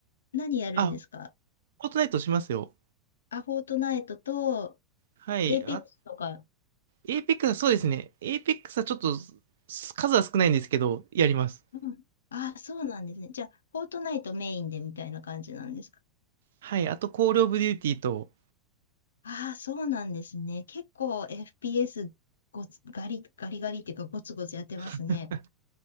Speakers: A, on the left (about 65°); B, on the right (about 60°).
A: 何やるんですか
B: あ、フォートナイトしますよ。
A: あ、フォートナイトと、
B: はい。
A: エイペックスとか。
B: あ、エイペックスはそうですね。エイペックスはちょっと、数は少ないんですけど、やります。
A: うん。あ、そうなんですね。じゃあ、フォートナイトメインでみたいな感じなんですか
B: はい。あと、コールオブデューティーと、
A: ああ、そうなんですね。結構 FPS ごつガリ、ガリガリっていうかゴツゴツやってますね。
B: <laughs>